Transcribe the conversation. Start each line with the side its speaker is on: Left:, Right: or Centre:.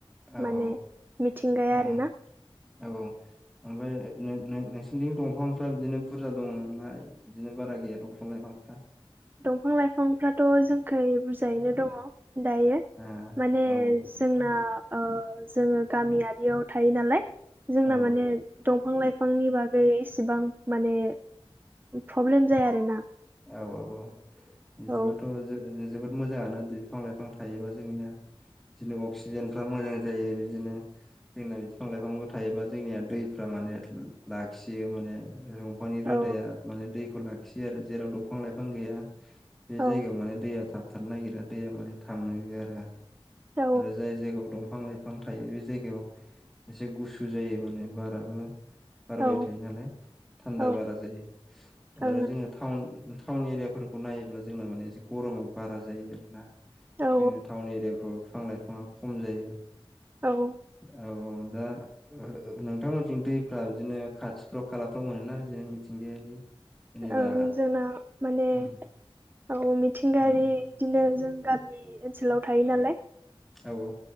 Centre: औ
Right: माने
Centre: औ
Right: मिथिंगाया
Centre: ओं
Right: आरो ना।
Centre: औ औ ओमफ्राय नो नो नोंसि निथिं दंफांफ्रा बिदिनो बुरजा दंना बिदिनो बारा गैया दंफां लाइफांफ्रा?
Right: दंफां लाइफांफ्राथ' जोंखै बुरजायैनो दङ' दायो।
Centre: आ
Right: माने
Centre: औ
Right: जोंना ओ जोङो गामियारियाव थायो नालाय जोंना
Centre: औ
Right: माने दंफां लाइफांनि बागै इसेबां माने प्रब्लेम जाया आरोना।
Centre: औ। औ औ बिदिबाथ'
Right: औ
Centre: जो-जोबोद मोजाङानो होनजायो बिफां लाइफां थायोबा जोंनिया। दिनो अक्सिजेनफ्रा मोजां जायो बिदिनो। जोंना बिफां लाइफांबो थायोबा जोंनिया दैफ्रा माने लाखियो माने रु फांनि रोदाया
Right: औ
Centre: माने दैखौ लाखियो आरो जेराव दंफां लाइफां गैया। बे
Right: औ
Centre: जायगायाव माने दैया थाबथानो नागिरा दैया माने थाङो आरो।
Right: औ
Centre: आरो जाय जायगायाव दंफां लाइफां थायो बे जायगायाव एसे गुसु जायो माने बाराबो बारबाय
Right: औ
Centre: थायो नालाय थान्दा
Right: औ ओं
Centre: बारा जायो
Right: औ
Centre: आरो जोङो टाउन टाउन एरियाफोरखौ नायोब्ला जोंना माने एसे गरमा बारा जायो आरोना।
Right: औ
Centre: जोङो टाउन एरियाफ्राव बिफां लाइफाङा खम जायो।
Right: औ
Centre: औ औ दा ओ ओ नोंथांमोनथिं दै फ्रा बिदिनो खाथिफ्राव खालाफ्राव मोनोना बिदिनो मिथिंगायारि। जेनेबा
Right: ओ जोंना माने
Centre: उम
Right: औ मिथिंगायारि
Centre: उम
Right: बिदिनो जों गामि ओनसोलाव थायो नालाय।
Centre: औ औ।